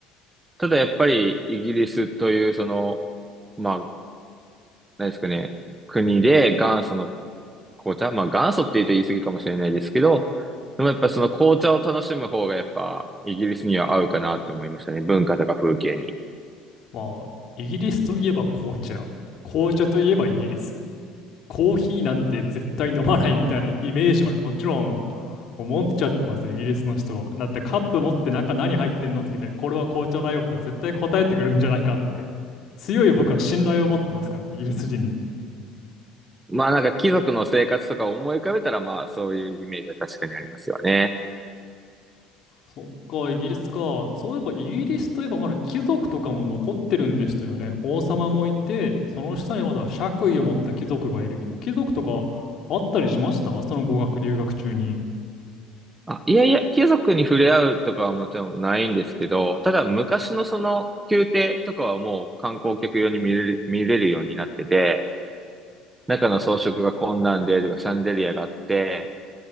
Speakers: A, on the right; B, on the left.
A: ただやっぱりイギリスというその、まあ、何ですかね、国で元祖の紅茶、まあ元祖って言うと言い過ぎかもしれないですけど、でもやっぱその紅茶を楽しむ方がやっぱイギリスには合うかなって思いましたね。文化とか風景に。
B: まあ、イギリスといえば紅茶。紅茶といえばイギリス。コーヒーなんて絶対飲まないみたいなイメージまでもちろん思っちゃってますよ、イギリスの人は。だってカップ持って中何入ってんのって聞いたら、これは紅茶だよって絶対答えてくるんじゃないかって。強い僕は信頼を持ってますから、イギリス人に。
A: まあなんか貴族の生活とかを思い浮かべたらまあそういうイメージは確かにありますよね。
B: そっか、イギリスか。そういえば、イギリスといえば、まだ貴族とかも残ってるんでしたよね。王様もいて、その下にまだ爵位を持った貴族がいるみたいな。貴族とかあったりしましたその語学留学中に。
A: あ、いやいや、貴族に触れ合うとかはもちろんないんですけど、ただ昔のその宮廷とかはもう観光客用に見れる、見れるようになってて、中の装飾がこんなんでとかシャンデリアがあって、